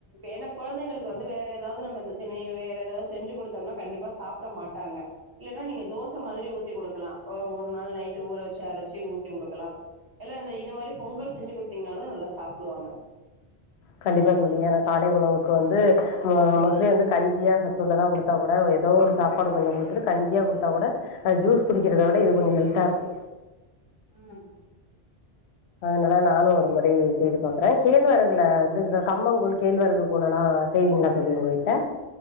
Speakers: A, on the right (about 20°); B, on the left (about 80°).
A: எனக் குழந்தைங்களுக்கு வந்து வேற எதாவது நம்ம இந்த திணையை வேற எதாவது செஞ்சு குடுத்தோம்னா கண்டிப்பா சாப்பிட மாட்டாங்க இல்லனா நீங்க தோசை மாரி ஊத்தி குடுக்கலா ஒரு நாள் நைட் ஊற வச்சு அரைச்சி ஊத்தி குடுக்கலா இல்ல இந்த இட் இந்த மாரி பொங்கல் செஞ்சி குடுத்தீங்கனாலு நல்லா சாப்புடுவாங்க
B: கண்டிப்பா தோழி ஆனா காலை உணவுக்கு வந்து மோஸ்லி வந்து கஞ்சியா சத்துள்ளதா குடுத் குடுத்தா கூட ஏதோ ஒரு சாப்பாடு கொஞ்ச குடுத்துட்டு கஞ்சியா குடுத்தா கூட அது ஜூஸ் குடிக்கிறத விட இது கொஞ்ச ஹெல்த்தா இருக்கு
A: ம்
B: ஒருமுறை நானு ஒரு முறை செய்தி பாக்குறே கேழ்வரகுல வந்து கம்மங்கூழ் கேழ்வரகு கூழ் எல்லா செய்வீங்களா தோழி உங்க வீட்ல